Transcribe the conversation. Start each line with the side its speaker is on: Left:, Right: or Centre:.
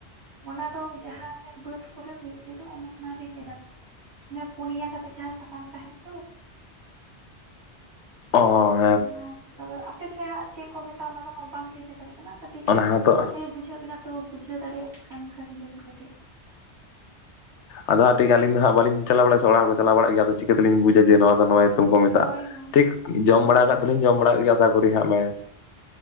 Right: ᱚᱱᱟ ᱫᱚ ᱡᱟᱦᱟᱸ ᱚᱱᱮ ᱵᱟᱹᱫᱽ ᱠᱚᱨᱮ ᱦᱩᱭᱩᱜ ᱜᱮᱫᱚ ᱚᱱᱮ ᱚᱱᱟ ᱞᱤᱧ ᱞᱟᱹᱭ ᱮᱫᱟ ᱚᱱᱮ ᱯᱩᱱᱭᱟ ᱠᱟᱛᱮᱜ ᱡᱟᱦᱟᱸ ᱥᱟᱠᱟᱢ ᱛᱟᱦᱮᱱ ᱫᱚ
Left: ᱚᱻ
Right: ᱚᱱᱟ ᱟᱯᱮᱥᱮᱫ ᱦᱟᱸᱜ ᱪᱮᱫ ᱠᱚ ᱢᱮᱛᱟᱜᱼᱟ ᱚᱱᱟ ᱫᱚ ᱦᱟᱸᱜ ᱵᱟᱝ ᱞᱤᱧ ᱞᱟᱹᱭ ᱫᱟᱲᱮᱭᱟᱜ ᱚᱱᱟ ᱠᱟᱹᱴᱤᱡ
Left: ᱚᱱᱟ ᱦᱚᱸᱛᱚ
Right: ᱞᱟᱹᱭ ᱵᱩᱡᱷᱟᱹᱜ ᱵᱮᱱᱟ ᱛᱚ ᱵᱩᱡᱷᱟᱹᱣ ᱫᱟᱲᱮᱭᱟᱜ ᱠᱟᱱ ᱠᱷᱟᱱ ᱵᱤᱱ ᱠᱟᱹᱴᱤᱡ
Left: ᱟᱫᱚ ᱦᱟᱸᱜ ᱴᱷᱤᱠ ᱟᱞᱤᱧ ᱫᱚ ᱦᱟᱸᱜ ᱵᱟᱹᱞᱤᱧ ᱪᱟᱞᱟᱣ ᱵᱟᱲᱟ ᱟᱥᱮ ᱚᱲᱟᱜ ᱦᱚᱲ ᱠᱚ ᱪᱞᱟᱣ ᱵᱟᱲᱟᱜ ᱜᱮᱭᱟ ᱟᱫᱚ ᱪᱤᱠᱟᱹ ᱛᱮᱞᱤᱧ ᱵᱩᱡᱟ ᱡᱮ ᱱᱚᱣᱟ ᱫᱚ ᱱᱚᱣᱟ ᱧᱩᱛᱩᱢ ᱠᱚ ᱢᱮᱛᱟᱜᱼᱟ
Right: ᱦᱳᱭ ᱦᱳᱭ
Left: ᱴᱷᱤᱠ ᱡᱚᱢ
Right: ᱚᱱᱟ
Left: ᱵᱟᱲᱟ
Right: ᱦᱚᱸ ᱠᱟᱛᱷᱟ
Left: ᱫᱚᱞᱤᱧ
Right: ᱠᱟᱱᱟ
Left: ᱡᱚᱢ ᱵᱟᱲᱟ ᱠᱟᱫ ᱜᱮᱭᱟ ᱟᱥᱟ ᱠᱚᱨᱮ ᱦᱟᱸᱜ ᱢᱮ